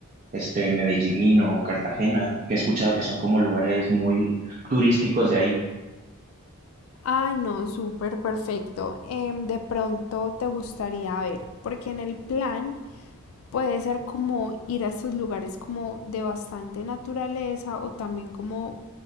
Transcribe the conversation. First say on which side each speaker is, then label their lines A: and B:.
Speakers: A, on the right; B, on the left.
A: este Medellín o Cartagena, que he escuchado que son como lugares muy turísticos de ahí.
B: Ay, no, súper perfecto. Em, de pronto te gustaría ver, porque en el plan puede ser como ir a estos lugares como de bastante naturaleza o también como